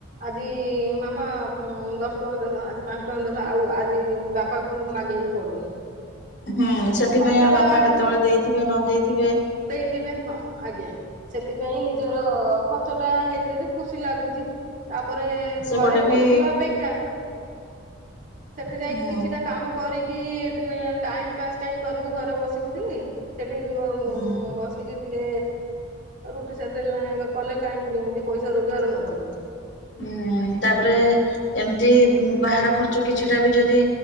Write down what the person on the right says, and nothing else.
ଆଜି ମାମା ଉଁ ଦଶ ଟଙ୍କା ଦେଲା ଆଜି ପାଞ୍ଚ ଟଙ୍କା ଦେଲା ଆଉ ଆଜି ବା ପାକୁ ମୁ ମାଗିବାକୁ ପଡୁନି।
ଖର୍ଚ୍ଚ
ଟା
ଥିବେ ଆଜ୍ଞା ସେଥିପାଇଁ ନିଜର ଖର୍ଚ୍ଚଟା ହେଇଯାଉଚି ଖୁସି ଲାଗୁଚି। ତାପରେ
ଘରେ ବସିବା
ଅପେକ୍ଷା ସେଠୁ ଯାଇକି
କିଛିଟା କାମ କରିକି ଫୁଣି ଟାଇମ ପାସ୍ କାଇଁ କରିବୁ ଘରେ ବସି ଉଠିକି ସେଠି ଉଁମ୍
ବସିକି ଟିକେ ରୁଟି ସେତେବେଳେ ନାକେ କଲେ କାହିଁକି ଦି ପଇସା ରୋଜଗାର ନ କରିବୁ।